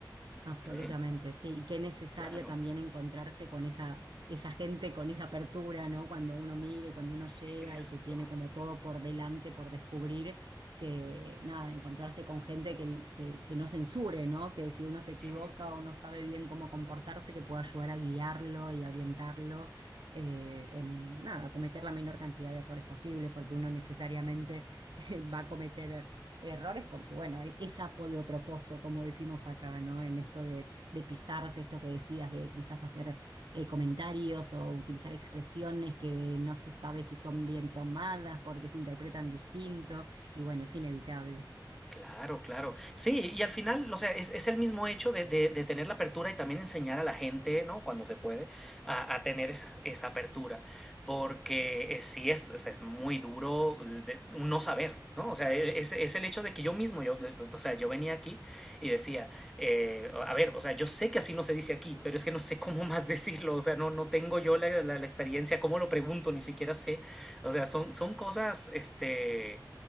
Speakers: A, on the right (about 75°); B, in the centre.
A: Absolutamente,
B: Sí,
A: sí, y qué necesario
B: claro.
A: también encontrarse con esa, esa gente, con esa apertura, ¿no? Cuando uno mira y cuando uno llega
B: Eso.
A: y que tiene como todo por delante, por descubrir, que nada, encontrarse con gente que, que, que no censure, ¿no? Que si uno se equivoca
B: eh,
A: o no sabe bien cómo comportarse, que pueda ayudar a guiarlo y a orientarlo eh, en, nada, a cometer la menor cantidad de errores posible, porque uno necesariamente <laughs> va a cometer errores, porque bueno, e- es sapo de otro pozo, como decimos acá, ¿no? En esto de, de pisarse, esto que decías, de quizás hacer eh, comentarios o utilizar expresiones que no se sabe si son bien tomadas porque se interpretan distinto, y bueno, es inevitable,
B: Claro, claro. Sí, y al final, o sea, es, es el mismo hecho de, de- de tener la apertura y también enseñar a la gente, ¿no? Cuando se puede, a, a tener es- esa apertura. Porque eh, sí es, o sea, es muy duro eh, de- un no saber, ¿no? O sea, e- es, es el hecho de que yo mismo, yo, eh, o sea, yo venía aquí y decía, eh, a ver, o sea, yo sé que así no se dice aquí, pero es que no sé cómo <laughs> más decirlo, o sea, no, no tengo yo la, la- la experiencia, cómo lo pregunto, ni siquiera sé. O sea, son, son cosas, este